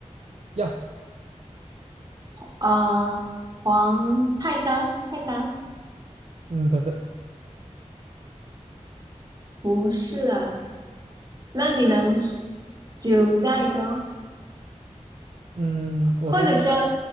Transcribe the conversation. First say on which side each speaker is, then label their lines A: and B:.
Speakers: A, on the right (about 65°); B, on the right (about 35°).
A: 要，
B: 啊，黄泰山，泰山
A: 嗯，不是，
B: 不是啊。那你能是九寨沟？
A: 嗯，我刚才说的
B: 或者说，